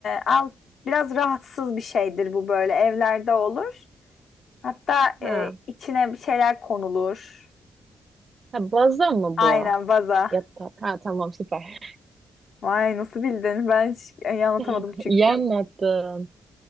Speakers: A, on the left (about 75°); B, on the right (about 45°).
A: al biraz rahatsız bir şeydir bu böyle evlerde olur. Hatta
B: Ha.
A: e, içine bir şeyler konulur.
B: Ha baza mı
A: Aynen
B: bu?
A: vaza.
B: Yatak. Ha tamam süper.
A: Vay nasıl bildin? Ben hiç e, anlatamadım
B: <laughs>
A: çünkü.
B: İyi anlattın.